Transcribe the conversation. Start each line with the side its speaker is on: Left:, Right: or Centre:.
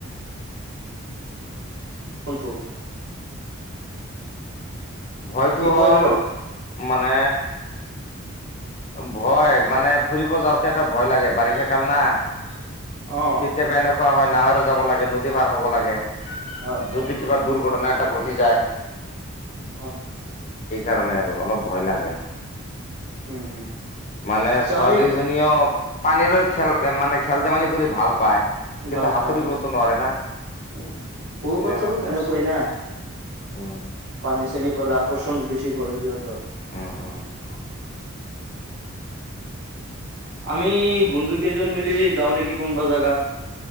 Right: কোনটো?
Left: ভয়টো
Right: কি হ'ব
Left: হ'ল
Right: দাদা
Left: মানে ভয় মানে ফুৰিব যাওঁতে এটা ভয় লাগে, বাৰিষা কাল না। কেতিয়াবা
Right: অ
Left: এনেকুৱা হয়, নাৱৰে যাব লাগে নদী পাৰ হ'ব লাগে।
Right: হয় হয়
Left: যদি কিবা দুৰ্ঘটনা এটা ঘটি যায়। সেইকাৰণে
Right: অ
Left: আৰু অলপ ভয় লাগে।
Right: উম
Left: মানে ছোৱালীজনীও
Right: আমি
Left: পানী লৈ খেল, মানে খেল-ধেমালি কৰি ভাল পায়, কিন্তু
Right: ভাল পায়
Left: সাঁতুৰিবতো নোৱাৰে না।
Right: উম,
Left: সেইটোলে
Right: সৰু বাচ্ছাটো
Left: অলপ সমস্যা
Right: এনেকোৱাই না।
Left: উম
Right: পানী চিনি পালে আকৰ্ষণ বেছি কৰে, সিহঁতৰ।
Left: উম উম উম।
Right: আমি বন্ধু কেইজন মিলি যাওঁ নেকি কোনোবা জাগাত?